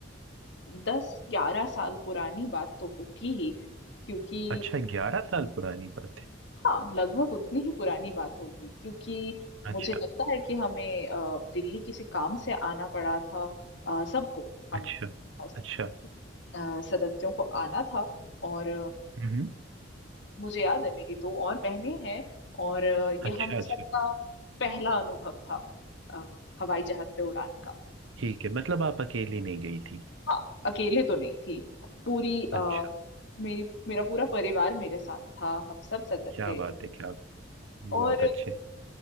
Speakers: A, on the left; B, on the right.
A: दस ग्यारह साल पुरानी बात तो होगी ही क्योंकि
B: अच्छा ग्यारह साल पुरानी बात है
A: हाँ लगभग उतनी ही पुरानी बात होगी क्योंकि
B: अच्छा
A: मुझे लगता है कि हमें अ, दिल्ली किसी काम से आना पड़ा था अ, सबको हम
B: अच्छा
A: बस,
B: अच्छा
A: अ, सदस्यों को आना था और अ,
B: हम्म
A: मुझे याद है मेरी दो और बहनें हैं और अ, ये
B: अच्छा
A: हम
B: अच्छा
A: सबका पहला अनुभव था अ, हवाई जहाज से उड़ान का
B: ठीक है मतलब आप अकेली नहीं गई थी
A: हाँ अकेले तो नहीं थी पूरी अ,
B: अच्छा
A: मेरी मेरा पूरा परिवार मेरे साथ था हम सब सदस्य
B: क्या बात है क्या बहुत
A: और
B: अच्छे